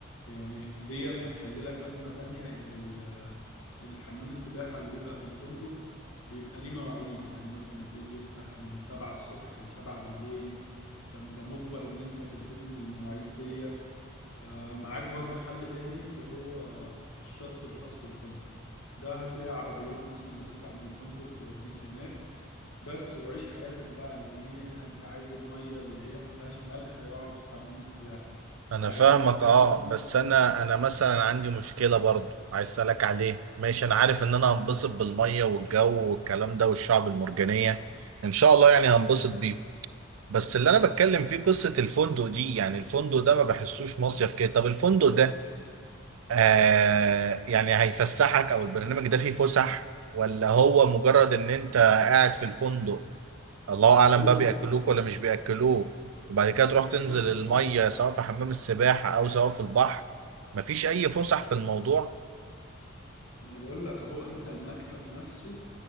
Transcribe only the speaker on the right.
انا
فاهمك
اه بس انا انا مثلا عندي مشكله برضو عايز اسالك عليه ماشي انا عارف
ان انا هنبسط بالميه والجو والكلام ده والشعب المرجانيه ان شاء الله يعني هنبسط بيه بس
اللي انا بتكلم فيه قصه الفندق دي يعني الفندق ده ما بحسوش مصيف كده طب الفندق ده آه يعني هيفسحك او البرنامج ده فيه فسح ولا هو مجرد ان انت قاعد في الفندق الله اعلم
بقى
بياكلوك ولا مش بياكلوك وبعد كده تروح
تنزل
الميه
سواء في حمام السباحه او سواء في البحر مفيش اي فسح في الموضوع